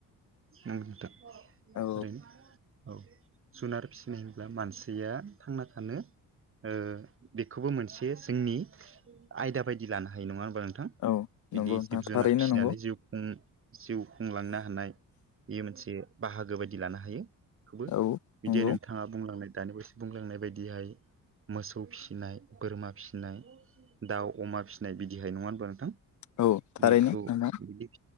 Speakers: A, on the right; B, on the left.
A: <unintelligible> नोंथां
B: औ
A: ओरैनो औ जुनार फिसिनाय होनब्ला मानसिया थांना थानो ओ बेखौबो मोनसे जोंनि आयदा बायदि लानो हायो नङा नोंथां
B: औ
A: बिदि
B: नंगौ नोंथां
A: जिब
B: थारैनो
A: जुनार फिनानै
B: नंगौ
A: जिउ खुं जिउ खुंलांनो हानाय बेयो मोनसे बाहागो बायदि लानो हायो बेखौबो
B: औ
A: बिदि
B: नंगौ
A: नोंथाङा बुंलांनाय दानि बसो बुंलांनाय बायदिहाय मोसौ फिनाय बोरमा फिनाय दाउ अमा फिनाय बिदिहाय नङा होनबा नोंथां
B: औ थारैनो
A: बेखौ
B: नोंथां
A: बिदि